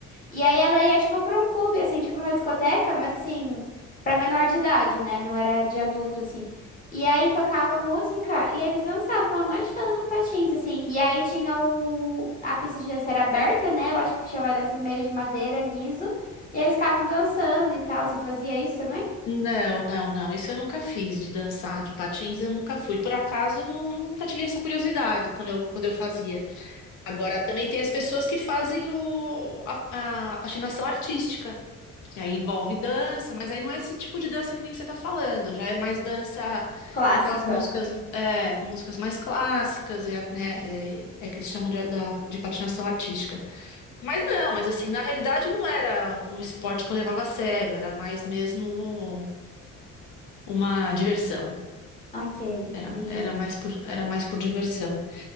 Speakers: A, on the left; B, on the left.
A: E aí ela ia, tipo, pra um clube, assim, tipo, uma discoteca, mas, assim, pra menor de idade, né? Não era de adulto, assim. E aí tocava música e eles dançavam a noite toda no patins, assim. E aí tinha o... A pista de dança era aberta, né? Eu acho que o chão era, assim, meio de madeira, liso. E eles ficavam dançando e tal. Você fazia isso também?
B: Não, não, não. Isso eu nunca fiz de dançar de patins, eu nunca fui. Por acaso, eu nu- nunca tive essa curiosidade quando eu, quando eu fazia. Agora, também tem as pessoas que fazem o, a, a patinação artística, que aí envolve dança, mas aí não é esse tipo de dança que nem você está falando. Já é mais dança
A: Clássica.
B: com aquelas músicas, é, com músicas mais clássicas, é, né, é, é que eles chamam de, da- de patinação artística. Mas não, mas assim, na realidade não era um esporte que eu levava a sério, era mais mesmo uma diversão.
A: Ok,
B: Era,
A: entendi.
B: era mais por, era mais por diversão.